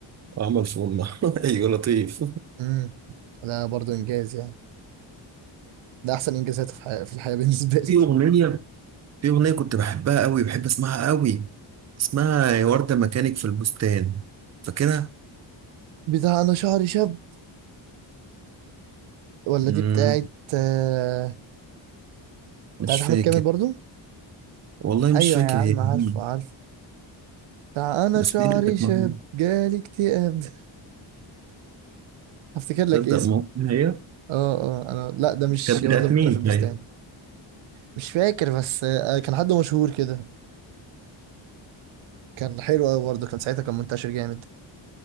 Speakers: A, on the right (about 35°); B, on the right (about 80°).
A: وعمل فورمة <laughs> أيوة لطيف
B: امم ده برضو انجاز يعني ده احسن انجازات في حي- في الحياة بالنسبة
A: في
B: لي
A: أغنية في أغنية كنت بحبها قوي بحب أسمعها قوي اسمها يا وردة مكانك في البستان فاكرها؟
B: <laughs> بتاع انا شعري شاب ولا
A: مم،
B: دي بتاعت آه،
A: مش
B: بتاعت احمد
A: فاكر
B: كامل برضو
A: والله
B: ايوه
A: مش فاكر
B: يا عم
A: هي
B: عارفه
A: مين
B: عارفه بتاع انا
A: بس
B: شعري
A: هي اللي كانت
B: شاب
A: معمولة
B: جالي اكتئاب <laughs> هفتكر لك
A: تصدق
B: اسم
A: ممكن هي
B: اه اه انا لا ده مش
A: كانت
B: يا
A: بتاعت
B: وردة مكنة
A: مين؟
B: في البستان
A: أيوه
B: مش فاكر بس آه، كان حد مشهور كده كان حلو قوي برضه كان ساعتها كان منتشر جامد